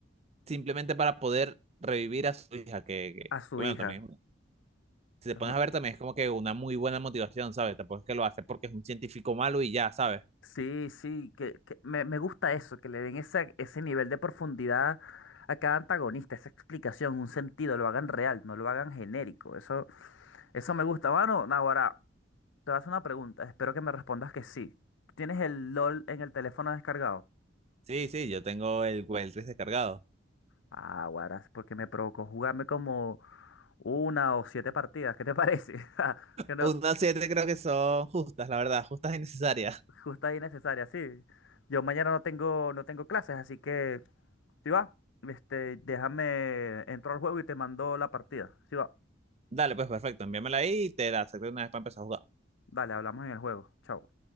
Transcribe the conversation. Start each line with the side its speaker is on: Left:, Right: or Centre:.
Right: simplemente para poder revivir a su hija, que, que,
Left: A su
Right: bueno,
Left: hija.
Right: también, si te
Left: Es
Right: pones
Left: un-
Right: a ver, también es como que una muy buena motivación, ¿sabes? Tampoco es que lo hace porque es un científico malo y ya, ¿sabes?
Left: Sí, sí, que, que me, me gusta eso, que le den esa- ese nivel de profundidad a cada antagonista, esa explicación, un sentido, lo hagan real, no lo hagan genérico. Eso, eso me gusta, bueno Naguará. Te voy a hacer una pregunta, espero que me respondas que sí. ¿Tienes el LOL en el teléfono descargado?
Right: Sí, sí, yo tengo el Weltris descargado.
Left: Ah, guaras, porque me provocó jugarme como una o siete partidas, ¿qué te parece? <laughs> Ja, Que no,
Right: Unas siete creo que son justas, la verdad, justas y necesarias.
Left: justa y necesaria, sí. Yo mañana no tengo, no tengo clases, así que, si va, este, déjame, entro al juego y te mando la partida. Si va,
Right: Dale, pues perfecto, envíamela ahí y te la acepto una vez para empezar a jugar.
Left: dale, hablamos en el juego. Chao.